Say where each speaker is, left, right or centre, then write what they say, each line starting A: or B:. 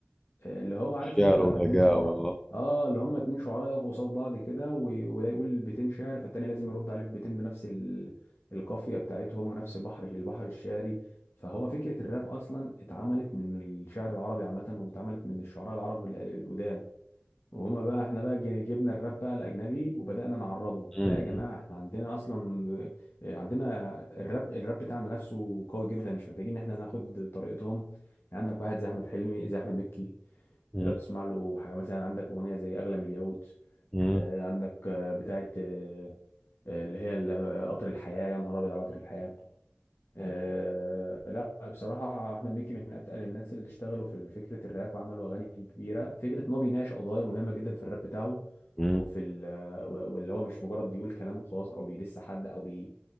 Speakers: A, on the left (about 80°); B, on the left (about 15°).
A: اللي هو عارف
B: الشعر
A: انت لما
B: والهجاء
A: اتنين شعراء
B: والله
A: اه اللي هما اتنين شعراء يقفوا قصاد بعض كده و- وده يقول بيتين شعر فالتاني لازم يرد عليه ببيتين بنفس ال... القافية بتاعتهم ونفس البحر البحر الشعري فهو فكرة الراب أصلا اتعملت من الشعر العربي عامة واتعملت من الشعراء العرب ال- القدام وهما بقى احنا بقى جي- جبنا الراب بقى الاجنبي وبدانا نعربه
B: امم
A: لا يا جماعه احنا عندنا اصلا آه، عندنا الراب الراب بتاعنا نفسه قوي جدا مش محتاجين ان احنا ناخد طريقتهم يعني عندك واحد زي احمد حلمي زي احمد مكي
B: امم
A: لو تسمع له حاجه مثلا عندك اغنيه زي اغلى من الياقوت
B: امم
A: آه، عندك آه، بتاعه آه، آه، اللي هي ال- آه، قطر الحياه يا نهار ابيض على قطر الحياه آه لا بصراحة أحمد مكي من أتقل الناس اللي اشتغلوا في فكرة الراب وعملوا أغاني كبيرة فكرة إن هو بيناقش قضايا مهمة جدا في الراب بتاعه
B: امم
A: وفي ال- و- واللي هو مش مجرد بيقول كلام وخلاص أو بيدس حد أو بي